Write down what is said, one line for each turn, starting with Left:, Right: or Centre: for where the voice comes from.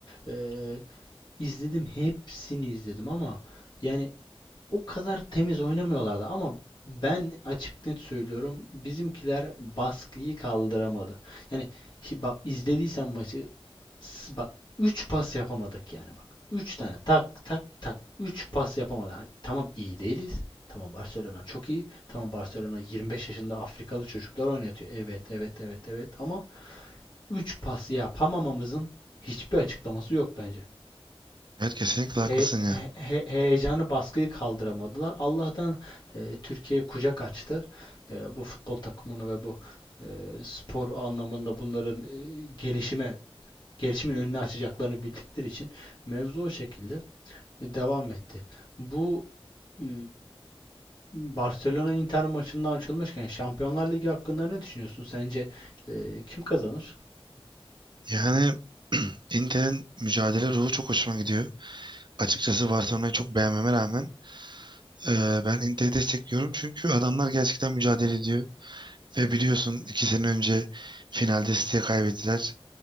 Left: e, izledim hepsini izledim ama yani o kadar temiz oynamıyorlardı ama ben açık net söylüyorum bizimkiler baskıyı kaldıramadı. Yani hi- bak izlediysen maçı s- bak 3 pas yapamadık yani bak. üç tane tak tak tak 3 pas yapamadık. Hani tamam iyi değiliz. Tamam Barcelona çok iyi. Tamam Barcelona 25 yaşında Afrikalı çocuklar oynatıyor. Evet evet evet evet ama 3 pas yapamamamızın hiçbir açıklaması yok bence.
Right: Evet kesinlikle haklısın
Left: He-
Right: ya.
Left: he- he- heyecanı baskıyı kaldıramadılar. Allah'tan e, Türkiye kucak açtı. E, bu futbol takımını ve bu e, spor anlamında bunların e, gelişime gelişimin önünü açacaklarını bildikleri için mevzu o şekilde e, devam etti. Bu e, Barcelona Inter maçından açılmışken Şampiyonlar Ligi hakkında ne düşünüyorsun? Sence e, kim kazanır?
Right: Yani Inter'in mücadele ruhu çok hoşuma gidiyor. Açıkçası Barcelona'yı çok beğenmeme rağmen e, ben Inter'i destekliyorum. Çünkü adamlar gerçekten mücadele ediyor. Ve biliyorsun iki sene önce finalde City'ye kaybettiler.